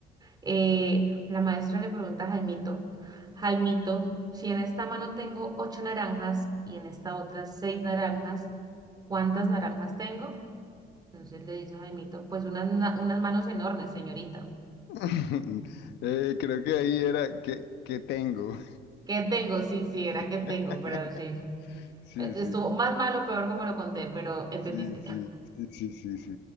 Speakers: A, on the right; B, on the left.
A: Eh, la maestra le pregunta a Jaimito, Jaimito, si en esta mano tengo ocho naranjas y en esta otra seis naranjas, ¿cuántas naranjas tengo? Entonces le dice Jaimito, pues unas, na- unas manos enormes, señorita.
B: <laughs> Eh, creo que ahí era que, que tengo.
A: ¿Qué tengo? Sí, sí, era
B: <laughs>
A: que tengo, pero sí. Eh,
B: Sí, sí,
A: Estuvo más malo, peor como lo conté, pero entendiste.
B: sí, sí, sí, sí, sí, sí.